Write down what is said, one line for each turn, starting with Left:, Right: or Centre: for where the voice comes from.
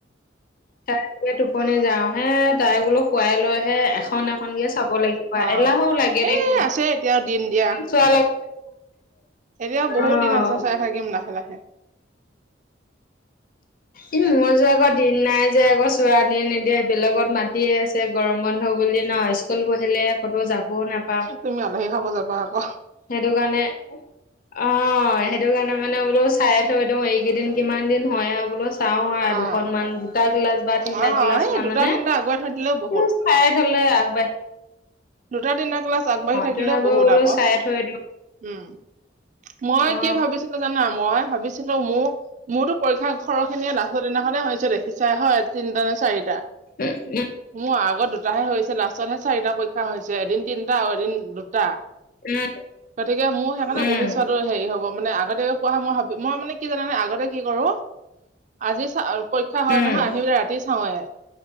Left: তাই বোলে টোপনি যাওঁ হে তাই বোলো খুৱাই লৈহে এখন এখন কে চাব লাগিব
Right: অ',
Left: এলাহো লাগে দেখোন
Right: এই আছে এতিয়াও দিন দিয়া।
Left: চোৱাৰ লগত
Right: এতিয়াও বহুত
Left: অ'।
Right: দিন আছে চাই থাকিম লাহে লাহে।
Left: ই মোৰ যোৱা আকৌ দিন নাই। যে আকৌ ছোৱালীয়ে নিদিয়ে, বেলেগত মাতিয়ে আছে গৰম বন্ধ বুলি ন স্কুল বহিলে ক'তো যাবও নাপ
Right: তুমি আলহী খাব যাবা আকৌ।
Left: সেইটোকাৰনে অ', সেইটো কাৰণে মানে বোলো চাইে থৈ দিওঁ, এইকেইদিন কিমান দিন হয় আৰু বোলো। চাওঁ
Right: অ',
Left: আৰু দুখননমান দুটা গিলাচ বা তিনটা
Right: অ',
Left: গিলাচ
Right: এই
Left: মানে।
Right: দুটা তিনটা আগুৱাই থৈ দিলেও বহুত।
Left: খায় থ'লে আগবাঢ়ে।
Right: দুটা, তিনটা ক্লাছ আগবাঢ়ি থাকিলেও
Left: তথাপিও
Right: বহুত
Left: বোলো
Right: আকৌ,
Left: চাই থৈ দিওঁ
Right: উম। মই
Left: অ
Right: কি ভাবিছিলো জানা মই ভাবিছিলো মোৰ মোৰতো পৰীক্ষা খৰচ হেসিনি লাষ্টৰ দিনাখনে হৈছে দেখিছাই হয় তিনিটা নে চাৰিটা
Left: এ এই
Right: মোৰ আগত দুটাহে হৈ হৈছে লাষ্টতহে চাৰিটা পক্ষ হৈছে এদিন তিনটা আৰু এদিন দুটা
Left: উম উম
Right: গতিকে মোৰ সেইকাৰণে
Left: উম
Right: বহিছোৱা দ হেৰি হ'ব মানে আগতে পোৱা মই মই মানে কি জানানে আগতে কি কৰো আজি পৰীক্ষা হয়
Left: উম
Right: নহয় আহিয়ে ৰাতি ৰাতি চাওঁৱয়ে